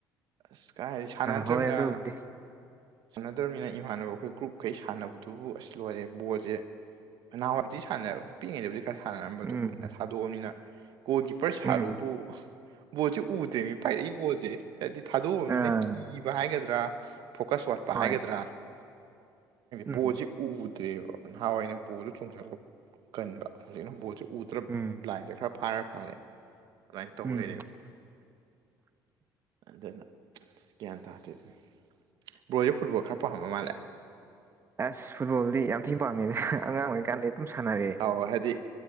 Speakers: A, on the right; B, on the right.
A: ꯑꯁ ꯀꯥꯏ ꯍꯥꯏ ꯁꯥꯟꯅꯗ꯭ꯔꯝꯅ
B: ꯍꯣꯏ ꯑꯗꯨꯕꯨꯗꯤ
A: ꯁꯥꯟꯅꯗꯕꯅꯤꯅ ꯏꯃꯥꯟꯅꯕ ꯑꯩꯈꯣꯏ ꯒ꯭ꯔꯨꯞꯈꯩ ꯁꯥꯟꯅꯕꯗꯨꯕꯨ ꯑꯁ ꯂꯣꯏꯔꯦ ꯕꯣꯜꯁꯦ ꯑꯅꯥꯋꯥꯗꯤ ꯁꯥꯟꯅ ꯄꯛꯉꯩꯗꯕꯨꯗꯤ ꯈꯔ ꯁꯥꯟꯅꯔꯝꯕꯗꯨꯣ
B: ꯎꯝ
A: ꯀꯨꯏꯅ ꯊꯥꯗꯣꯛꯑꯕꯅꯤꯅ ꯒꯣꯜ ꯀꯤꯞꯄꯔ ꯁꯥꯔꯨꯕꯨ
B: ꯎꯝ
A: ꯕꯣꯜꯁꯦ ꯎꯗ꯭ꯔꯦꯅꯦ ꯄꯥꯏꯔꯛꯏ ꯕꯣꯜꯁꯦ ꯍꯥꯏꯗꯤ ꯊꯥꯗꯣꯛꯎꯕꯅꯤꯅ
B: ꯑꯥ
A: ꯀꯤꯕ ꯍꯥꯏꯒꯗ꯭ꯔꯥ ꯐꯣꯀꯁ ꯋꯥꯠ
B: ꯍꯣꯏ
A: ꯍꯥꯏꯒꯗ꯭ꯔꯥ ꯕꯣꯜꯁꯤ
B: ꯎꯝ
A: ꯎꯗ꯭ꯔꯦꯕ ꯅꯍꯥꯟꯋꯥꯏꯅ ꯕꯣꯁꯨ ꯆꯣꯡꯁꯤꯜꯂꯒ ꯀꯟꯕ ꯍꯧꯖꯤꯛꯅ ꯕꯣꯠꯁ
B: ꯎꯝ
A: ꯕꯥꯏꯟꯗ ꯈꯔ ꯐꯥꯔ ꯐꯥꯔꯦ ꯑꯗꯨꯃꯥꯏꯅ ꯇꯧ
B: ꯎꯝ
A: ꯂꯩꯔꯦꯕ
B: <unintelligible>
A: ꯑꯗꯨꯅ ꯒ꯭ꯌꯥꯟ ꯇꯥꯗꯦ ꯑꯗꯨ ꯕ꯭ꯔꯣꯖꯦ ꯐꯨꯠꯕꯣꯜ ꯈꯔ ꯄꯥꯝꯃ ꯃꯥꯜꯂꯦ
B: ꯑꯁ ꯐꯨꯠꯕꯣꯜꯗꯤ ꯌꯥꯝ ꯊꯤꯅ ꯄꯥꯝꯃꯦꯗ ꯑꯉꯥꯡ ꯑꯣꯏꯔꯤꯀꯥꯟꯗꯤ ꯑꯗꯨꯝ ꯁꯥꯟꯅꯔꯛꯑꯦ
A: ꯍꯣꯏ ꯍꯥꯏꯗꯤ